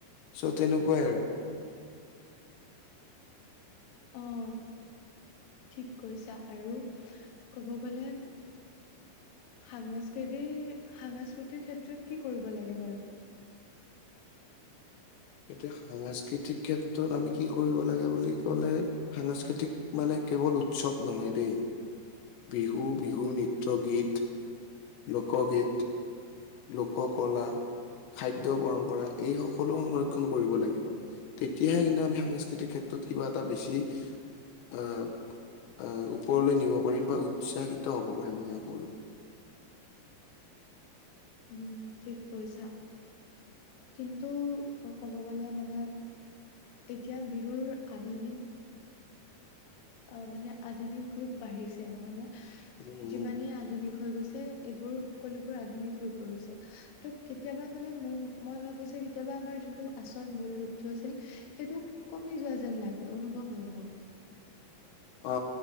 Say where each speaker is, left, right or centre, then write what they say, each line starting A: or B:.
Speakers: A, on the left (about 80°); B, on the left (about 65°).
A: চ' তেনেকুৱাই আৰু।
B: অ' ঠিক কৈছা আৰু ক'ব গ'লে, সাংস্কৃতি, সাংস্কৃতিৰ ক্ষেত্ৰত কি কৰিব লাগে বাৰু?
A: এতিয়া সাংস্কৃতিক ক্ষেত্ৰত আমি কি কৰিব লাগে বুলি ক'লে, সাংস্কৃতিক মানে কেৱল উৎসৱ নহয় দেই। বিহু, বিহুৰ নৃত্য গীত। লোকগীত, লোক কলা। খাদ্য পৰম্পৰা, এই সকলো সংৰক্ষণ কৰিব লাগিব। তেতিয়াহে কিন্তু আমি সাংস্কৃতিক ক্ষেত্ৰত কিবা এটা বেছি, আহ আহ ওপৰলৈ নিব পাৰিম বা উৎসাহিত হ'ব পাৰিম আমি সকলো।
B: উম ঠিক কৈছা। কিন্তু ক'ব গ'লে মানে, এতিয়া বিহুৰ আধুনিক, অ মানে আধুনিক ৰূপ বাঢ়িছে নহয় নে?
A: উম।
B: ইমানেই আধুনিক হৈ গৈছে এইবোৰ সকলোবোৰ আধুনিক হৈ পৰিছে। ত কেতিয়াবা মানে মোৰ মই ভাবো যে কেতিয়াবা আমাৰ যোনটো আচল মূল ৰূপটো আছিল সেইটো, কমি যোৱা যেন লাগে, অনুভৱ হয় মোৰ।
A: অ